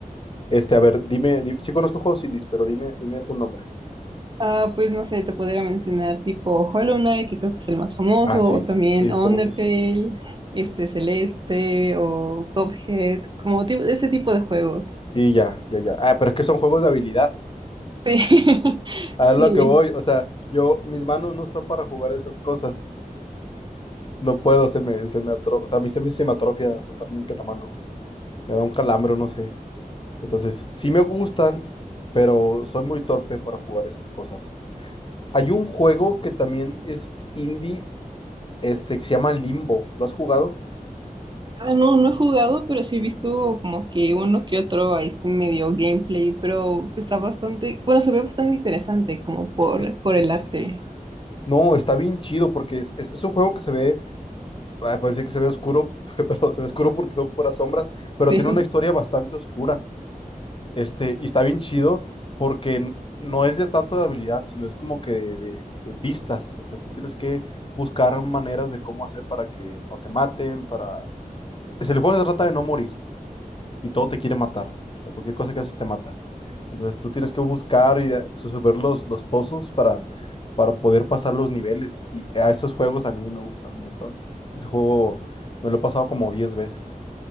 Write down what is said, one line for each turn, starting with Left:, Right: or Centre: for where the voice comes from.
Left: Este, a ver, dime, di- sí conozco juegos indies, pero dime, dime algún nombre.
Right: Ah, pues no sé, te podría mencionar tipo Hollow Knight, que creo que es el más famoso,
Left: Ah, sí,
Right: o también
Left: sí, es
Right: Undertale,
Left: famosísimo.
Right: este Celeste, o Cuphead, como tipo, ese tipo de juegos.
Left: Sí, ya, ya, ya. Ah, pero es que son juegos de habilidad.
Right: Sí, <laughs>
Left: A lo que voy,
Right: sí.
Left: o sea, yo, mis manos no están para jugar esas cosas. No puedo, se me, se me atro- o sea, a mí se me, se me atrofia totalmente la mano. Me da un calambre, no sé. Entonces, sí me gustan, pero soy muy torpe para jugar esas cosas. Hay un juego que también es indie, este, que se llama Limbo. ¿Lo has jugado?
Right: Ah, no, no he jugado, pero sí he visto como que uno que otro ahí sí medio gameplay, pero está bastante, bueno, se ve bastante interesante como por,
Left: Es- es-
Right: por
Left: es-
Right: el arte,
Left: No, está bien chido porque es, es- es un juego que se ve, ah, puede decir que se ve oscuro, <laughs> pero se ve oscuro porque son puras sombras, pero
Right: <laughs>
Left: tiene una
Right: sí.
Left: historia bastante oscura. Este, y está bien chido porque no es de tanto de habilidad, sino es como que de, de- de pistas. O sea, tú tienes que buscar maneras de cómo hacer para que no te maten, para... Es el juego se trata de no morir y todo te quiere matar. O sea, cualquier cosa que haces te mata. Entonces tú tienes que buscar y de- resolver los, los puzzles para, para poder pasar los niveles. Y a esos juegos a mí me gustan un montón. Ese juego me lo he pasado como 10 veces.